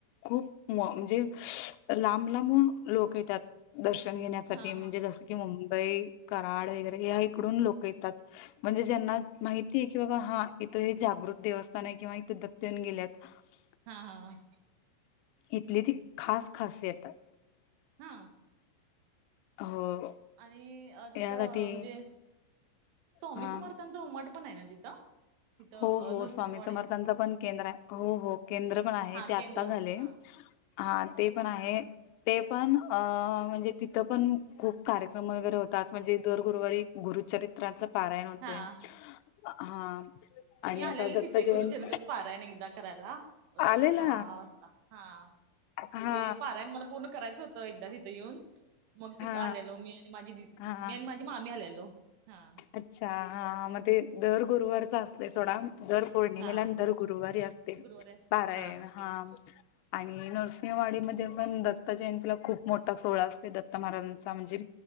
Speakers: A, on the left; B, on the right.
A: खूप म्हणजे लांब लांबून लोक येतात. दर्शन घेण्यासाठी
B: हा
A: म्हणजे
B: हा
A: जसं की मुंबई, कराड वगैरे या इकडून लोक येतात. म्हणजे ज्यांना माहितीये की बाबा हा इथं हे जागृत देवस्थान आहे किंवा इथे दत्त येऊन गेल्यात. <unintelligible>
B: हा, हा.
A: इथली ती खास खासियत आहे.
B: हा.
A: हो
B: आणि अ तिथं
A: यासाठी
B: म्हणजे स्वामी
A: हा
B: समर्था मठ पण आहे ना तिथं? तिथं
A: हो हो.
B: नृसिंहवाडीत
A: स्वामी समर्थांचा पण केंद्र हो हो केंद्र पण आहे
B: हा
A: ते आता
B: केंद्र
A: झालंय.
B: हा
A: हा ते पण आहे. ते पण अ म्हणजे तिथं पण खूप कार्यक्रम वगैरे होतात म्हणजे दर गुरुवारी गुरुचरित त्राच पारायण होते.
B: हा
A: हा आणि
B: मी आलेले
A: आता दत्त
B: तिथे
A: जयंत
B: गुरुचरित्रच पारायण एकदा करायला. अ
A: आलेला
B: सहा वाजता हा.
A: हा
B: ते पारायण मला पूर्ण करायचं हो एकदा तिथं येऊन, मग
A: हा
B: तिथं आलेलो. मी आणि माझी दि
A: हा
B: मी आणि माझी मी, मामी आलेलो हा.
A: अच्छा हा मग ते दर गुरुवारचा असतंय सोडा. दर पौर्णिमेला
B: हा
A: आणि दर गुरुवारी असते
B: गुरुवारी असते
A: पारायण हा.
B: ओके
A: आणि नरसिंहवाडीमध्ये पण दत्त जयंतीला खूप मोठा सोहळा असतंय दत्त महाराजांचा. म्हणजे